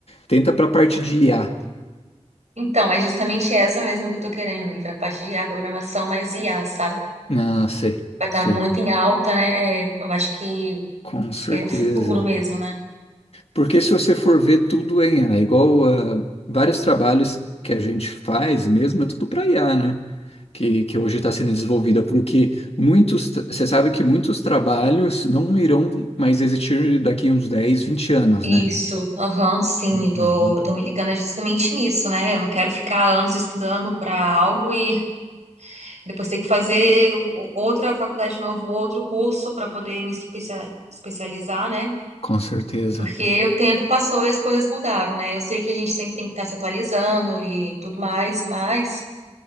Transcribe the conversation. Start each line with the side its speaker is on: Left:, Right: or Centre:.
Left: tenta para a parte de IA.
Right: Então, é justamente essa mesmo que eu tô querendo, ir pra parte de IA, programação, mas IA, sabe?
Left: Ah, sei,
Right: Vai estar
Left: sei,
Right: muito em alta, né? Eu acho que
Left: com certeza.
Right: é o futuro mesmo, né?
Left: Porque se você for ver tudo em IA, igual ah, vários trabalhos que a gente faz mesmo, é tudo para IA, né? Que, que hoje está sendo desenvolvida, porque muitos, tra- você sabe que muitos trabalhos não irão mais existir daqui uns 10, 20 anos,
Right: Isso,
Left: né?
Right: aham, sim,
Left: Uhum,
Right: eu tô, eu tô me ligando justamente nisso, né? Eu não quero ficar anos estudando para algo e depois ter que fazer o- outra faculdade de novo, outro curso para poder me especia- especializar, né?
Left: com certeza.
Right: Porque o tempo passou e as coisas mudaram, né? Eu sei que a gente sempre tem que estar se atualizando e tudo mais, mas